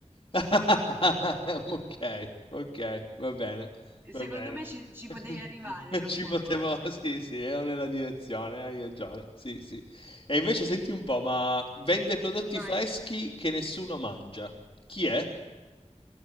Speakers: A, on the left; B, on the right.
A: <laughs> Ok, ok, va bene,
B: Secondo
A: va bene.
B: me ci ci
A: <laughs>
B: potevi arrivare
A: Non
B: tra
A: ci
B: poco,
A: potevo,
B: eh.
A: sì, sì, ero nella direzione, hai ragione, sì, sì. E invece senti un po', ma vende prodotti
B: Vai.
A: freschi che nessuno mangia. Chi è?